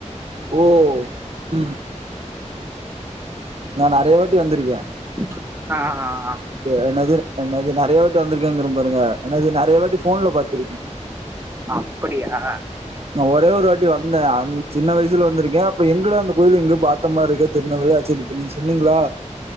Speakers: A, on the right (about 55°); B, on the right (about 20°).
A: ஓ ம் நா நறைய வாட்டி வந்துருக்கே
B: அ அ அ
A: என்னது என்னது நெறய வாட்டி வந்துருக்கங்குற பாருங்க என்னது நறய வாட்டி ஃபோன்ல பாத்துருக்கே
B: அப்படியா
A: நா ஒரே ஒரு வாட்டி வந்தே அந் சின்ன வய்சுல வந்துருக்கே அப்ப எங்குடா அந்த கோயில எங்கே பாத்த மாருக்கே திர்நவில்ய செரி இப்ப நீங் சொன்னீங்ளா